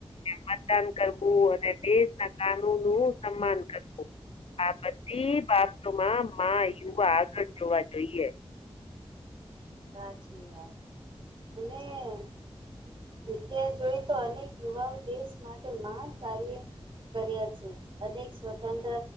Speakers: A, on the left (about 70°); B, on the right (about 55°).
A: મતદાન કરવું અને દેશ, ના કાનૂન નું સન્માન કરવુ આ બધી બાબતોમાં માં યુવા આગળ જોવા જોઈએ
B: સાચી વાત પંદ તિ્યાહાસ જોઈ તો અનેક યુવાઓ દેશ માટે મહાન કાર્ય કરી્યા છે. અનેક સ્વતંત્ર